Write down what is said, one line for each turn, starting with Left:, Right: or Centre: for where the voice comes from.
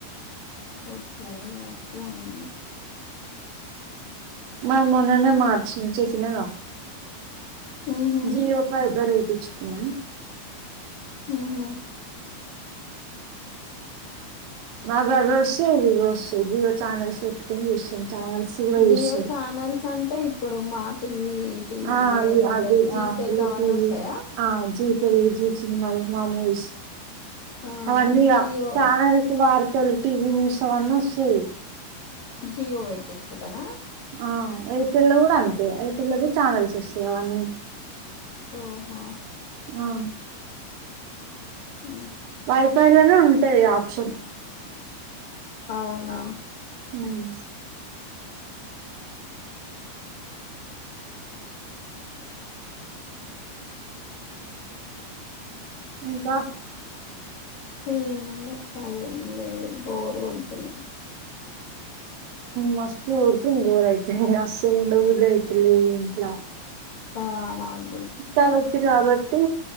Left: ఓకే అట్లనా
Right: మ మొన్ననే మార్చి చెప్పినగా
Left: ఉహు
Right: జయో ఫైబర్ ఏపిచ్చుకున్నా
Left: హు హ్మ్మ్
Right: మాకు అవి వస్తాయి ఇవివీ వస్తాయి జియో చానల్స్ పెట్టుకొని చూస్తాం ఛానల్స్ కూడా
Left: జియో
Right: చూస్తారు
Left: ఛానల్స్ అంటే ఇప్పుడు మా టీవీ టీవీ
Right: ఆ అవి
Left: ఏమంటారు
Right: అవి
Left: జీ
Right: ఆ అది
Left: తెలుగు అవన్నీ వస్తాయా
Right: ఆ జీ తెలుగు జి సినిమా మా మూవీస్
Left: ఆ
Right: అవన్నీ ఇగ
Left: జియో
Right: ఛానల్ మార్ తెల్ టీవి న్యూస్ అవన్నీ వస్తాయ్
Left: జియో పెట్టించుకుంటానా
Right: ఆ ఎయిర్టెల్ లో కూడా అంతే ఐటల్లో కూడ ఛానల్స్ వస్తాయి అవన్నీ
Left: ఓహో
Right: అ
Left: ఓ
Right: వైపాయిలోనే ఉంటాయి ఆప్షన్
Left: అవునా
Right: నీమ్స్ ఇంకా
Left: ఏముంది అక్క ఏం లేదు బోరు కొడుతుంది
Right: మస్తు కొడుతుంది ఇవి అయితే అస్సలు ఉండబుద్ధి అయితలేదు ఇంట్లా
Left: తానం
Right: చుట్టాలు వచ్చేర్రు కాబట్టి